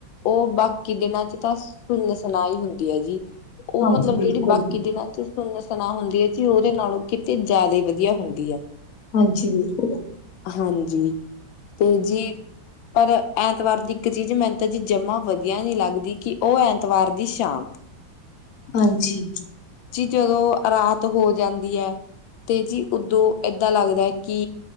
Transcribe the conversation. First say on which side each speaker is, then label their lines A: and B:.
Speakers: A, on the left; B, on the left.
A: ਉਹ ਬਾਕੀ ਦਿਨਾਂ ਚ ਤਾਂ ਸੁਨਸਾਨਈ ਹੀ ਹੁੰਦੀ ਹੈ ਜੀ। ਉਹ
B: ਹਾਂਜੀ
A: ਮਤਲਬ
B: ਬਿਲਕੁਲ
A: ਜਿਹੜੀ ਬਾਕੀ ਦਿਨਾਂ ਚ ਸੁਨ ਸੁਨਾ ਹੁੰਦੀ ਹੈ ਜੀ ਉਹਦੇ ਨਾਲੋਂ ਕਿ ਤੇ ਜ਼ਿਆਦਾ ਵਧੀਆ ਹੁੰਦੀ ਆ
B: ਹਾਂਜੀ ਬਿਲਕੁਲ
A: ਹਾਂਜੀ। ਤੇ ਜੀ ਪਰ ਐਤਵਾਰ ਦੀ ਇੱਕ ਚੀਜ਼ ਮੈਨੂੰ ਤਾਂ ਜੀ ਜੰਮਾ ਵਧੀਆ ਨਹੀਂ ਲੱਗਦੀ ਕਿ ਉਹ ਐਤਵਾਰ ਦੀ ਸ਼ਾਮ। <unintelligible>
B: ਹਾਂਜੀ।
A: ਜੀ ਜਦੋਂ ਰਾਤ ਹੋ ਜਾਂਦੀ ਹੈ ਤੇ ਜੀ ਉਓਦੋਂ ਏਦਾਂ ਲੱਗਦਾ ਹੈ ਕਿ